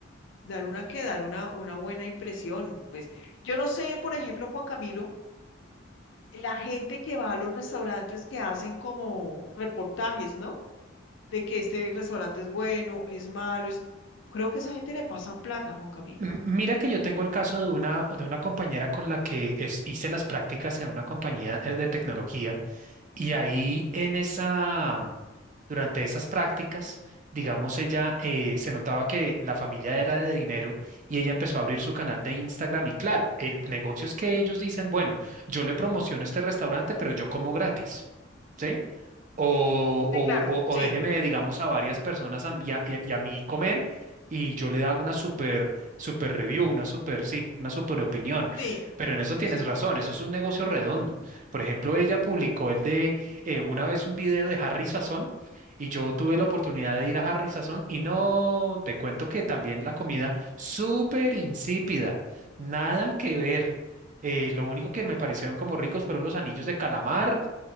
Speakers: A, on the left; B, on the right.
A: dar una que dar una, una buena impresión. Pues yo no sé, por ejemplo, Juan Camilo, la gente que va a los restaurantes que hacen como reportajes, ¿no? de que este restaurante es bueno, es malo. Es... Creo que a esa gente le pasan plata, Juan Camilo.
B: M- Mira que yo tengo el caso de una, de una compañera con la que es- hice las prácticas en una compañía eh, de tecnología y ahí en esa, mm, durante esas prácticas, digamos, ella eh, se notaba que la familia era de dinero y ella empezó a abrir su canal de Instagram y claro, el negocio es que ellos dicen, bueno, yo le promociono este restaurante, pero yo como gratis. ¿sí? o,
A: Sí,
B: o,
A: claro,
B: o- o
A: sí,
B: déjeme, digamos, a varias personas a- y a, y a- y a mí comer y yo le hago una super, super review, una super, sí, una super opinión.
A: Sí,
B: Pero en eso tienes
A: sí.
B: razón, eso es un negocio redondo. Por ejemplo, ella publicó el de eh, una vez un video de Harry Sazón y yo tuve la oportunidad de ir a Harry Sazón y no, te cuento que también la comida súper insípida, nada que ver. Eh, lo único que me parecieron como ricos fueron los anillos de calamar